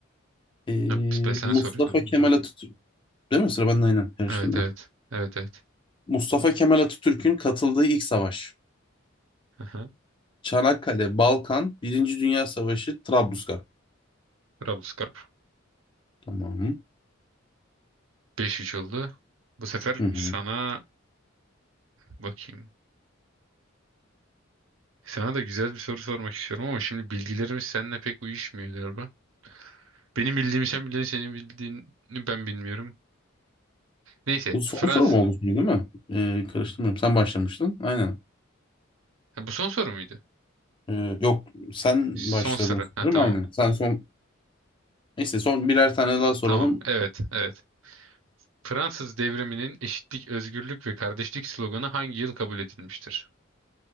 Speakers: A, on the left (about 25°); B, on the right (about 75°).
A: Ee,
B: biz- ben- sen
A: Mustafa
B: soruyordun değil
A: Kemal
B: mi?
A: Atatürk. Değil mi? Sıra bende aynen. Karıştırmıyorum.
B: Evet evet. Evet evet.
A: Mustafa Kemal Atatürk'ün katıldığı ilk savaş.
B: Aha.
A: Çanakkale, Balkan, Birinci Dünya Savaşı, Trablusgarp.
B: Trablusgarp
A: Tamam.
B: Beş 3 oldu. Bu sefer
A: Hı hı.
B: sana bakayım. Sana da güzel bir soru sormak istiyorum ama şimdi bilgilerimiz seninle pek uyuşmuyor galiba. Benim bildiğimi sen biliyorsun, senin bildiğini ben bilmiyorum. Neyse,
A: Bu son
B: Fransız.
A: soru mu oldu şimdi değil mi? Ee, karıştırmıyorum. Sen başlamıştın. Aynen.
B: bu son soru muydu?
A: Ee, yok sen başladın
B: Son soru. Ha,
A: sanırım.
B: tamam.
A: Aynen. Sen son Neyse son birer tane daha soralım.
B: Tamam. Evet, evet. Fransız devriminin eşitlik, özgürlük ve kardeşlik sloganı hangi yıl kabul edilmiştir?